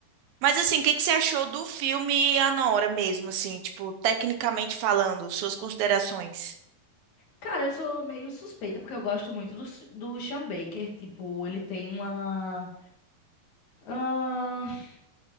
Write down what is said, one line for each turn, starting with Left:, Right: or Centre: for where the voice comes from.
Right: Mas assim, o que que você achou do filme Anora mesmo, assim, tipo, tecnicamente falando, suas considerações?
Left: Cara, eu sou meio suspeita porque eu gosto muito do, S- do Sean Baker. Tipo, ele tem uma. ah,